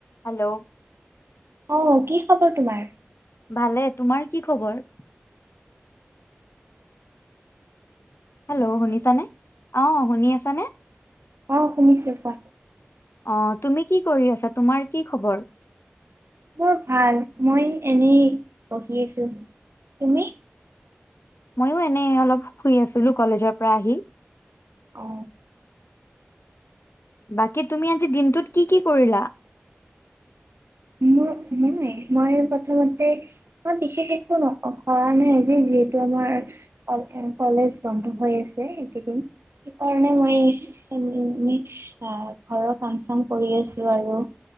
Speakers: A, on the left; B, on the right.
A: Hello.
B: অ কি খবৰ তোমাৰ।
A: ভালে তোমাৰ। কি খবৰ। হেল্ল' শুনিছানে অ। শুনি আছা নে।
B: অহ শুনিছো কোৱা।
A: অ তুমি কি কৰি আছা তোমাৰ কি খবৰ।
B: মোৰ ভাল মই এনেই বহি আছো তুমি।
A: ময়ো এনেই অলপ শুই আছিলো কলেজৰ পৰা আহি।
B: অ।
A: বাকী তুমি আজি দিনটোত কি কি কৰিলা।
B: নাই মই প্ৰথমতে মই বিশেষ একো কৰা নাই আজি যিহেতু আমাৰ কলেজ বন্ধ হৈ আছে। এইদিন সেইকাৰণে মই ঘৰৰ কাম চাম কৰি আছো আৰু